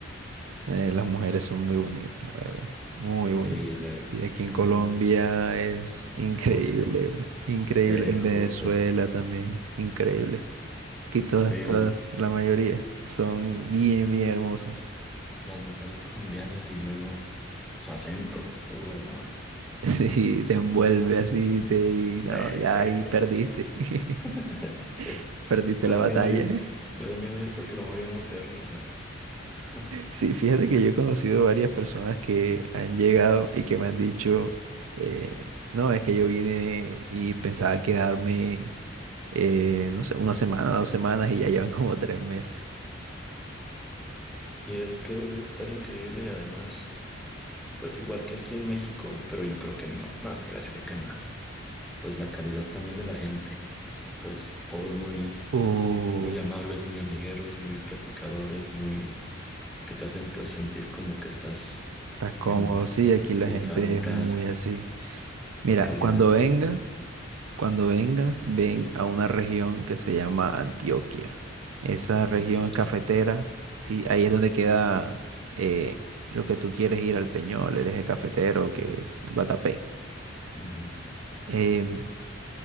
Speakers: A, on the right (about 85°); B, in the centre.
A: eh, las mujeres son muy bonitas, la verdad. Muy
B: Sí,
A: bonitas.
B: y lue-
A: Y aquí en
B: y
A: Colombia
B: luego,
A: es increíble,
B: justo,
A: güey, increíble.
B: eh,
A: En
B: justo
A: Venezuela
B: eso.
A: también, increíble. Aquí todas,
B: Sí,
A: todas,
B: la-
A: la mayoría son bien, bien hermosas. <laughs>
B: las mujeres colombianas y luego su acento. Uh, no,
A: Sí, te envuelve así, te... y No,
B: sí,
A: ya
B: sí,
A: ahí
B: sí.
A: perdiste. <laughs>
B: <laughs> Sí,
A: Perdiste
B: me
A: la
B: da
A: batalla.
B: miedo ir, me da miedo ir porque a lo mejor ya no va a querer regresar. <laughs>
A: Sí, fíjate que yo he conocido varias personas que han llegado y que me han dicho, eh, no, es que yo vine y pensaba quedarme, eh, no sé, una semana, dos semanas y ya llevan como tres meses.
B: Y es que debe estar increíble y además, pues igual que aquí en México, pero yo creo que más, no te creas, yo creo que más. Pues la calidad también de la gente, pues todos muy,
A: Uh,
B: muy amables, muy amigueros, muy platicadores, muy, que te hacen pues sentir como que estás
A: estás cómodo,
B: en,
A: sí, aquí
B: sí,
A: la gente
B: claro, en
A: es
B: casa,
A: muy así. Mira,
B: muy cálida,
A: cuando vengas, Cuando vengas, ven a una región que se llama Antioquia. Esa región
B: Antioquia.
A: es cafetera. Sí, ahí es donde queda eh, lo que tú quieres ir al Peñol, el eje cafetero, que es Guatapé.
B: Ujú.
A: Em,